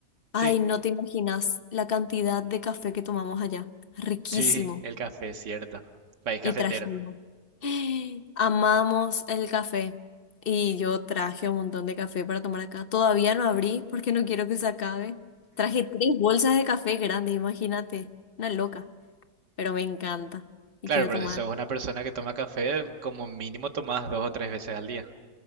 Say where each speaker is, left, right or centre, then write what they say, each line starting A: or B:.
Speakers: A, on the left; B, on the right.
A: ay,
B: sí,
A: no te imaginas la cantidad de café que tomamos allá. Riquísimo.
B: sí, el café, cierto. País cafetero.
A: Y trajimos. <gasps> Amamos el café. Y yo traje un montón de café para tomar acá. Todavía no abrí porque no quiero que se acabe. Traje tres bolsas de café grandes, imagínate. Una loca. Pero me encanta. Y
B: Claro,
A: quiero
B: pero
A: tomar.
B: si sos una persona que toma café, como mínimo tomás dos o tres veces al día.